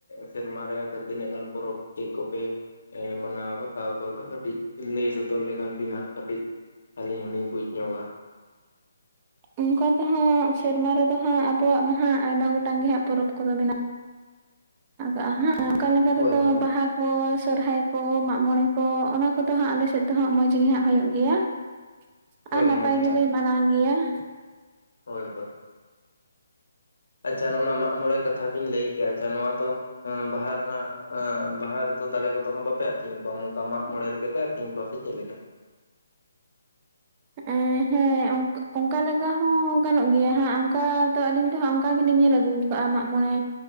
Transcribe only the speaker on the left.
ᱥᱮᱨᱢᱟ ᱨᱮ ᱥᱮ ᱛᱤᱱᱟᱹᱜ ᱜᱟᱱ ᱯᱚᱨᱚᱵᱽ ᱪᱮᱫ ᱠᱚᱯᱮᱼᱼ ᱢᱟᱱᱟᱣ ᱵᱟᱛᱟᱣ ᱠᱚᱫᱚ ᱠᱟᱹᱴᱤᱡ, ᱞᱟᱹᱭ ᱥᱚᱫᱚᱨ ᱞᱮᱠᱷᱟᱱ ᱵᱤᱱ ᱦᱟᱸᱜ ᱠᱟᱹᱴᱤᱡᱼᱼ ᱟᱹᱞᱤᱧ ᱦᱚᱞᱤᱧ ᱵᱩᱡᱽ ᱧᱚᱜᱟ ᱾
ᱦᱳᱭ
ᱦᱳᱭ
ᱦᱳᱭ
ᱢᱚᱸᱡᱽ
ᱦᱚᱭ ᱦᱚᱭ ᱟᱪᱪᱷᱟ ᱱᱚᱜᱼᱚ ᱱᱟ ᱢᱟᱜ ᱢᱚᱬᱮ ᱠᱟᱛᱷᱟ ᱵᱤᱱ ᱞᱟᱹᱭ ᱠᱮ ᱟᱪᱪᱷᱟ ᱱᱚᱣᱟ ᱫᱚ, ᱵᱟᱦᱟ ᱨᱮᱱᱟᱜ ᱵᱟᱦᱟ ᱨᱮᱫᱚ ᱫᱟᱲᱮ ᱠᱚᱫᱚ ᱦᱟᱸᱜ ᱵᱟᱯᱮ ᱟᱹᱛᱤᱧ ᱠᱚᱣᱟ ᱢᱚᱠᱟ ᱢᱟᱜ ᱢᱚᱲᱮ ᱨᱮᱜᱮᱼᱼ ᱯᱮ ᱟᱹᱛᱤᱧ ᱠᱚᱣᱟ ᱥᱮ ᱪᱮᱫ ᱞᱮᱠᱟ?